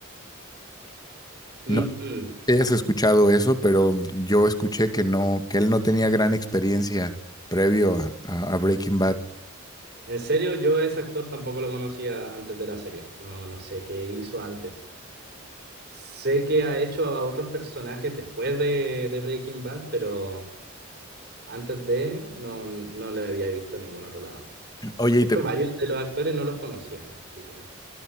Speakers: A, on the right; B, on the left.
A: Mm,
B: No
A: mm.
B: hayas escuchado eso, pero yo escuché que no, que él no tenía gran experiencia previo a, a- a Breaking Bad.
A: En serio, yo a ese actor tampoco lo conocía antes de la serie, no, no sé qué hizo antes. Sé que ha hecho a otros personajes después de, de Breaking Bad, pero antes de no, no le había visto en ningún otro lado.
B: Oye,
A: De
B: ¿y
A: hecho,
B: te, gu-
A: varios de los actores no los conocía, así que